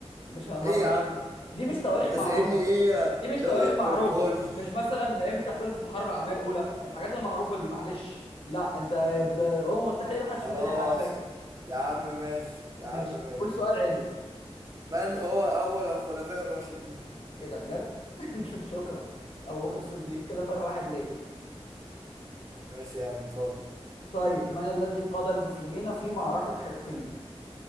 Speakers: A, on the left (about 60°); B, on the right (about 30°).
A: مش هنهرج
B: ايه يا عم
A: دي مش تواريخ
B: ما انت
A: معروفة
B: سايبني
A: يا
B: ايه
A: اسطى
B: يا
A: دي مش
B: دولة
A: تواريخ
B: قرطاج
A: معروفة مش مثلا امتى خلصت الحرب العالمية الأولى الحاجات المعروفة دي معلش لا انت ب- الأمم المتحدة دي ما حدش
B: خلاص
A: في الدنيا فاكر
B: يا عم
A: ماشي
B: ماشي يا
A: ماشي
B: عم ماشي
A: قول سؤال عدل
B: من هو أول الخلفاء الراشدين
A: ايه ده بجد <laughs> شكرا أبو بكر الصديق كده فرق واحد ليه
B: ماشي يا عم اتفضل
A: طيب من الذي قاد المسلمين في معركة حطين